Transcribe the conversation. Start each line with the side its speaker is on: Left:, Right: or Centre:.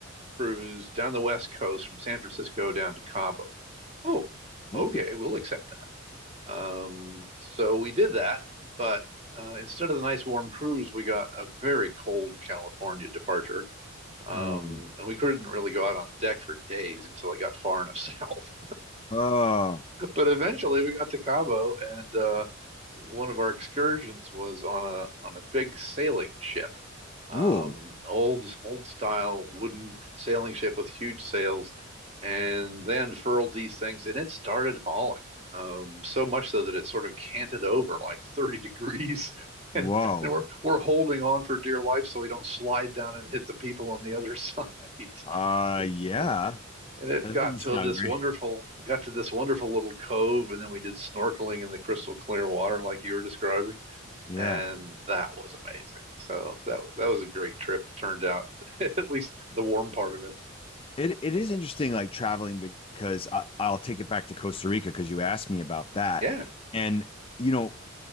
Right: cruise down the West Coast from San Francisco down to Cabo? Oh,
Left: Ooh.
Right: okay, we'll accept that. Um, so we did that, but uh, instead of the nice warm cruise, we got a very cold California departure. Um,
Left: Um,
Right: and we couldn't really go out on deck for days until it got far enough <laughs> south
Left: uh,
Right: but eventually we got to Cabo, and uh, one of our excursions was on a on a big sailing ship, um,
Left: ooh,
Right: old old style wooden sailing ship with huge sails, and they unfurled these things, and it started hauling. Um, so much so that it sort of canted over like 30 degrees. <laughs> And,
Left: whoa.
Right: and we're we're holding on for dear life so we don't slide down and hit the people on the other side.
Left: Uh,
Right: <laughs>
Left: yeah.
Right: And and it
Left: That
Right: got
Left: doesn't
Right: to
Left: sound
Right: this
Left: great.
Right: wonderful
Left: <laughs>
Right: got to this wonderful little cove and then we did snorkeling in the crystal clear water like you were describing
Left: Yeah.
Right: and that was amazing so that that was a great trip it turned out <laughs> at least the warm part of it
Left: It it is interesting, like traveling because I, I'll take it back to Costa Rica because you asked me about that.
Right: yeah
Left: And you know,